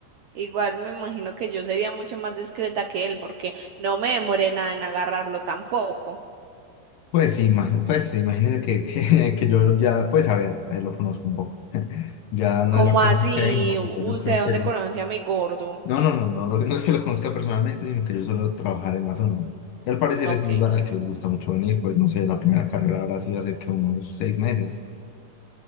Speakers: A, on the right; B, on the left.
A: igual me imagino que yo sería mucho más discreta que él porque no me demoré nada en agarrarlo tampoco.
B: Pues sí, imag- pues sí, imagínese que, que, <laughs> que yo ya, pues a ver, a él lo conozco un poco. Ya no
A: ¿Cómo
B: es la primera
A: así?
B: vez que vengo,
A: ¿Usted
B: pero yo creo que
A: dónde
B: él
A: conoce a mi gordo?
B: No, no, no, no, lo- no es que lo conozca personalmente, sino que yo suelo trabajar en la zona. Y al parecer
A: Ok.
B: es un lugar al que les gusta mucho venir, pues no sé, la primera carrera habrá sido hace que unos seis meses.